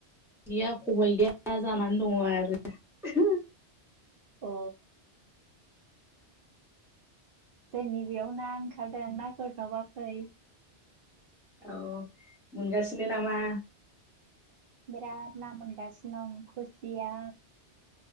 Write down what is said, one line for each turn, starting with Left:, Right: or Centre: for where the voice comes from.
Centre: गैया खबाय गैया जानानै दङ आरो <unintelligible>
Right: अ जोंनि बेयाव ना ओंखारदों ना गुरनोबा फै
Centre: औ मोनगासिनो नामा
Right: बिराद ना मोनगासिनो दं खुसिया